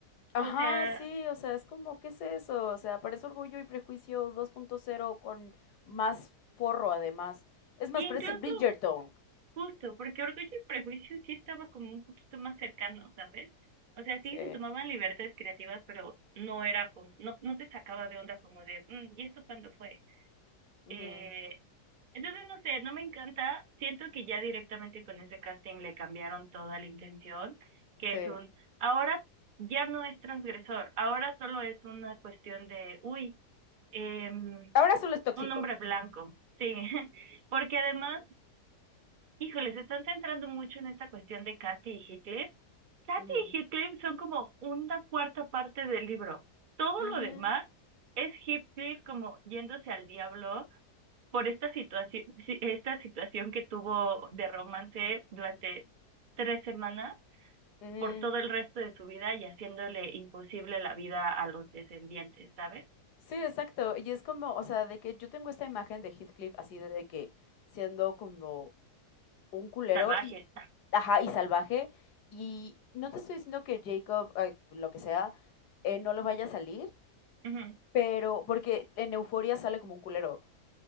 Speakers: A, on the left; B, on the right.
A: Ajá,
B: O sea,
A: sí, o sea, es como, ¿qué es eso? O sea, parece Orgullo y Prejuicio dos punto cero con más forro además. Es
B: y
A: más,
B: incluso
A: parece Bridgerton.
B: justo, porque Orgullo y Prejuicio sí estaba como un poquito más cercano, ¿sabes? O sea,
A: Sí.
B: sí se tomaban libertades creativas, pero no era como, no, no te sacaba de onda como de, "Mm, ¿y esto cuándo fue?
A: Ujú,
B: Eh, entonces, no sé, no me encanta. Siento que ya directamente con ese casting le cambiaron toda la intención, que
A: sí.
B: es un, ahora ya no es transgresor, ahora solo es una cuestión de, uy, em,
A: Ahora solo es tóxico.
B: un hombre blanco, sí, <laughs> porque además, híjole, se están centrando mucho en esta cuestión de Kathy y Heathcliff. Kathy
A: Ujú,
B: y Heathcliff son como una cuarta parte del libro. Todo
A: ujú,
B: lo demás es Heathcliff como yéndose al diablo por esta situación, esta situación que tuvo de romance durante tres semanas
A: ujú.
B: por todo el resto de su vida y haciéndole imposible la vida a los descendientes, ¿sabes?
A: Sí, exacto. Y es como, o sea, de que yo tengo esta imagen de Heathcliff así de de que siendo como un culero
B: Salvajes.
A: y, ajá, y salvaje. Y no te estoy diciendo que Jacob, eh, lo que sea, eh, no lo vaya a salir,
B: Ujú.
A: pero porque en Euforia sale como un culero.